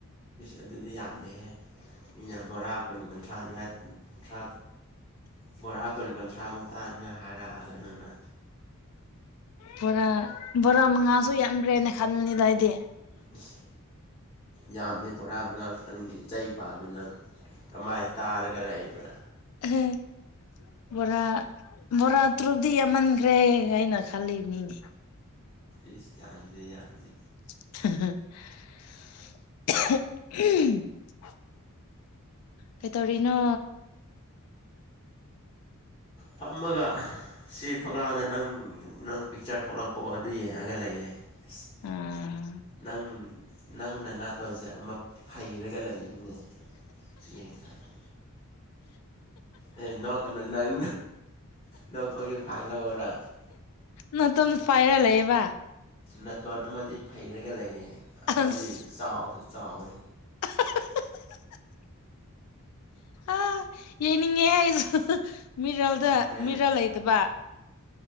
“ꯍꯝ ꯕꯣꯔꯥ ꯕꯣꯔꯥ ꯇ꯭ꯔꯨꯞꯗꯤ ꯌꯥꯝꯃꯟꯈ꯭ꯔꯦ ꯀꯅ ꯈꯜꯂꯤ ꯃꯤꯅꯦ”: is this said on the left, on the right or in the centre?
Left